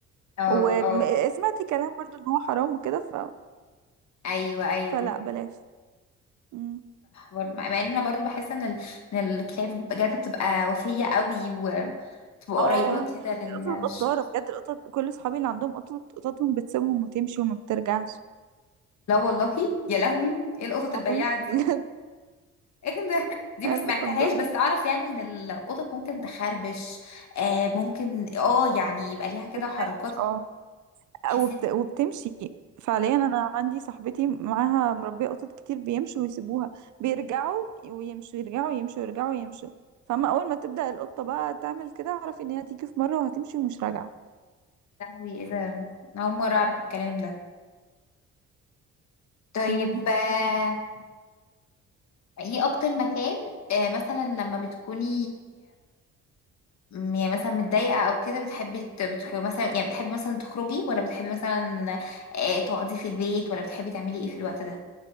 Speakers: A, on the left; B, on the right.
A: اه
B: وسمعت
A: اه
B: كلام برضو ان هو حرام وكده ف...
A: ايوه ايوه
B: فلا بلاش مم.
A: برضه- مع مع ان انا برضو بحس ان ال- ان الكتاب بجد بتبقى وفية قوي وتبقى
B: اه
A: قريبة كده للشخص
B: القطط غدارة بجد القطط كل صحابي اللي عندهم قطط قططهم بتسيبهم وتمشي وما بترجعش
A: لا والله يا لهوي ايه القطط
B: والله
A: البياعة
B: بجد
A: دي <laughs> ايه ده دي
B: <laughs>
A: ما سمعتهاش
B: غدارة
A: بس اعرف يعني ان القطط ممكن تخربش آه ممكن اه يعني يبقى ليها كده
B: بتخربش
A: حركات
B: اه
A: تحسي
B: وبت...
A: ان
B: وبتمشي فعليا انا عندي صاحبتي معاها مربيه قطط كتير بيمشوا ويسيبوها بيرجعوا ويمشوا يرجعوا يمشوا يرجعوا يمشوا فاما اول ما تبدا القطه بقى تعمل كده اعرفي ان هي هتيجي في مره وهتمشي ومش راجعه
A: يا لهوي ايه ده أنا اول مرة اعرف الكلام ده طيب
B: مم.
A: آه، ايه اكتر مكان آه مثلا لما بتكوني م- يعني مثلا متضايقة او كده بتحبي ت- بتروحي مثلا يعني بتحبي مثلا تخرجي ولا بتحبي مثلا آه، تقعدي في البيت ولا بتحبي تعملي ايه في الوقت ده